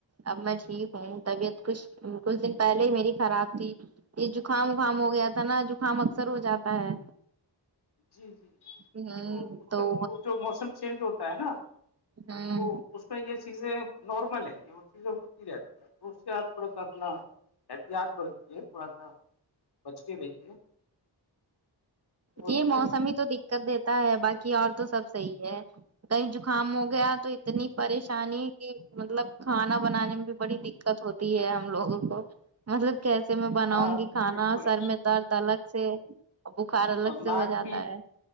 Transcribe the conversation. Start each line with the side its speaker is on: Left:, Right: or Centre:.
Right: اب میں ٹھیک ہوں طبیعت کچھ کچھ دن پہلے ہی میری خراب تھی یہ زکام وکام ہو گیا تھا نا زکام اکثر ہو جاتا ہے
Left: جی جی
Right: ہ
Left: تو اس
Right: تو
Left: سے وہ جو موسم چینج ہوتا ہے نا
Right: ہاں
Left: تو اس یہ چیزیں نارمل ہیں یہ چیزیں ہوتی رہتی ہے تو اس سے آپ تھوڑا سا اپنا احتیاط برتیے تھوڑا سا بچ کے رہیے اور
Right: یہ
Left: بتائیے
Right: موسم ہی تو دقت دیتا ہے باقی اور تو سب صحیح ہے کہیں زکام ہو گیا تو اتنی پریشانی کہ مطلب کھانا بنانے میں بھی بڑی دق دقت ہوتی ہے ہم لوگوں کو مطلب کیسے سے میں بناؤں
Left: ہاں
Right: گی کھانا
Left: بالکل
Right: سر میں درد الگ سے فار الگ
Left: اور
Right: سے
Left: ناک
Right: ہو جاتا
Left: بھی
Right: ہے